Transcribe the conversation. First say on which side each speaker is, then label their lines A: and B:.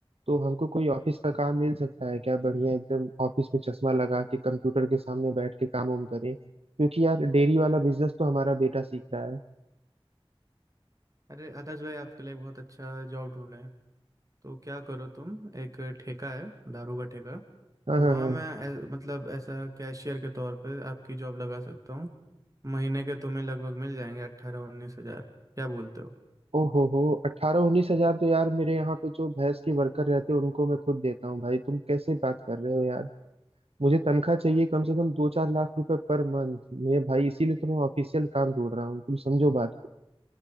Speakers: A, on the right; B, on the right.
A: तो हमको कोई ऑफिस का काम मिल सकता है क्या बढ़िया एकदम ऑफिस में चश्मा लगा के कंप्यूटर के सामने बैठ के काम वाम करें क्योंकि यार डेयरी वाला बिजनेस तो हमारा बेटा सीख रहा है
B: अरे आदर्श भाई आपके लिए एक बहुत अच्छा जॉब ढूंढना है तो क्या करो तुम एक ठेका है दारू का ठेका
A: हाँ
B: तो
A: हाँ
B: वहाँ
A: हाँ
B: मैं ऐ- मतलब ऐसा कैशियर के तौर पे आपकी जॉब लगा सकता हूँ महीने के तुम्हें लगभग मिल जाएंगे अट्ठारह उन्नीस हजार क्या बोलते हो
A: ओ हो हो अट्ठारह उन्नीस हजार तो यार मेरे यहाँ पे जो भैंस के वर्कर रहते हैं उनको मैं खुद देता हूँ भाई तुम कैसे बात कर रहे हो यार मुझे तनख्वाह चाहिए कम से कम दो चार लाख रुपए पर मंथ मैं भाई इसीलिए तो मैं ऑफिशियल काम ढूंढ रहा हूँ तुम समझो बात